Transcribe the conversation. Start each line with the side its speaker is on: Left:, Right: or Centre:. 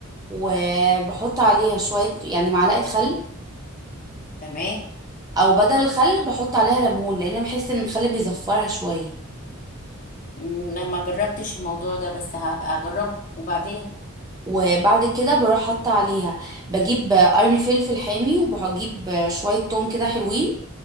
Right: وبحط عليها شوية يعني معلقة خل
Left: تمام
Right: او بدل الخل بحط عليها ليمون لان بحس ان الخل بيزفرها شوية
Left: أنا ما جربتش الموضوع ده بس هبقى اجربه وبعدين
Right: وبعد كده بروح حاطة عليها بجيب قرن فلفل حامي وبجيب شوية توم كده حلوين